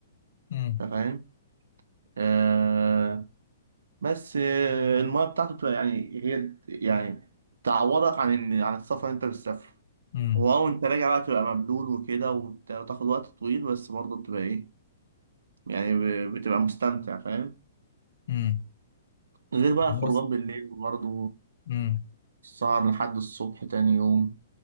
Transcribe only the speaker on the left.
مم،
مم،
مم،
بس
مم.